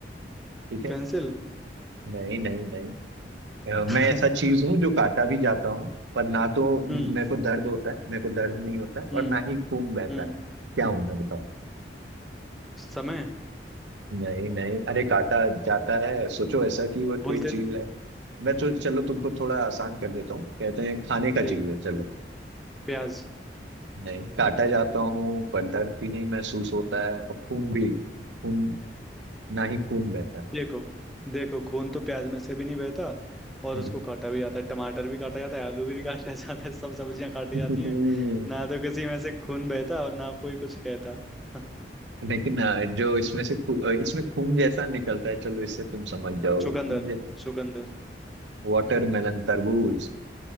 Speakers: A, on the right (about 90°); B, in the centre.
A: ठीक है
B: पेंसिल
A: नहीं नहीं नहीं अ,
B: <laughs>
A: मैं ऐसा चीज हूँ जो काटा भी जाता हूँ पर ना तो मेरे
B: हम्म
A: को दर्द होता है मेरे को दर्द नहीं होता है और
B: हम्म
A: ना ही खून बहता
B: हम्म
A: है क्या हूँ मैं बताओ
B: समय
A: नहीं नहीं अरे काटा जाता है सोचो ऐसा कि वो
B: <laughs>
A: कोई
B: बोलते
A: चीज
B: रहे।
A: है मैं तो चलो तुमको थोड़ा आसान कर देता हूँ कहते हैं खाने का
B: ठीक
A: चीज है चलो
B: प्याज
A: नहीं काटा जाता हूँ पर दर्द भी नहीं महसूस होता है और खून भी खून ना ही खून बहता है
B: देखो देखो खून तो प्याज में से भी नहीं बहता और
A: हाँ।
B: उसको काटा भी जाता है टमाटर भी काटा जाता है आलू भी काटा <laughs> जाता है सब सब्जियां काटी
A: <laughs>
B: जाती हैं ना तो किसी में से खून बहता और ना कोई कुछ कहता <laughs>
A: लेकिन अ, जो इसमें से खू- अ, इसमें खून जैसा निकलता है चलो इससे तुम समझ जाओगे
B: चुकंदर
A: खून
B: चुकंदर
A: वाटरमेलन तरबूज